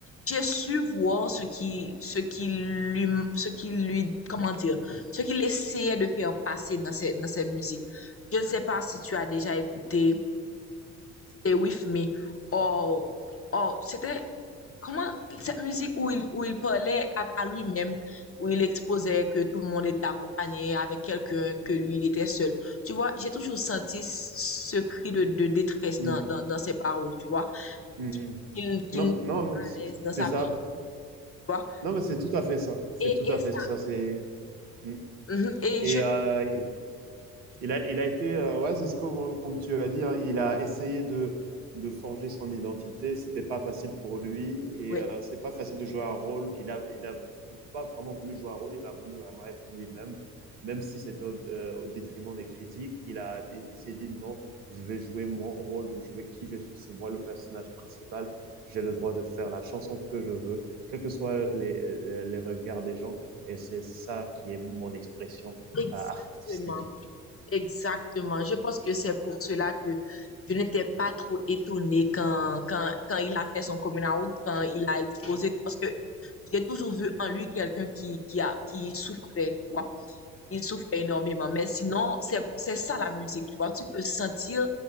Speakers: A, on the left; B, on the right.
A: j'ai su voir ce qui, ce qui lui, ce qui lui, comment dire, ce qu'il essayait de faire passer dans ses, dans ses musiques. Je ne sais pas si tu as déjà écouté Stay With Me. Or, or c'était Comment cette musique où il, où il parlait à, à lui-même, où il exposait que tout le monde était accompagné avec quelqu'un, que lui, il était seul. Tu vois, j'ai toujours senti ce cri de, de détresse
B: Mhm,
A: dans, dans, dans ses paroles, tu vois,
B: mhm.
A: qu'il qu'il
B: Non,
A: n'était
B: non,
A: pas à
B: c'est
A: l'aise dans
B: c'est
A: sa
B: ça.
A: personne, tu vois.
B: Non, mais c'est tout à fait ça. C'est
A: Et,
B: tout
A: et
B: à fait
A: ça,
B: ça. C'est Mm.
A: mhm, et
B: et,
A: je,
B: euh, Il a, il a été, euh, ouais, c'est ce qu'on qu'on tu as dit, hein, il a essayé de, de forger son identité, c'était pas facile pour lui et
A: ouais,
B: euh, c'est pas facile de jouer un rôle. Il a, il a pas vraiment voulu jouer un rôle, il a voulu vraiment être lui-même, même si c'était au, euh, au détriment des critiques. Il a, il s'est dit non, je vais jouer mon rôle, je vais jouer qui je suis, c'est moi le personnage principal. J'ai le droit de faire la chanson que je veux, quels que soient les, les, les regards des gens et c'est ça qui est mon expression
A: exactement,
B: euh, artistique.
A: exactement. Je pense que c'est pour cela que je n'étais pas trop étonnée quand, quand, quand il a fait son coming out, quand il a exposé, parce que j'ai toujours vu en lui quelqu'un qui, qui a, qui souffrait, tu vois. Il souffrait énormément. Mais sinon, c'est, c'est ça la musique, tu vois. Tu peux sentir,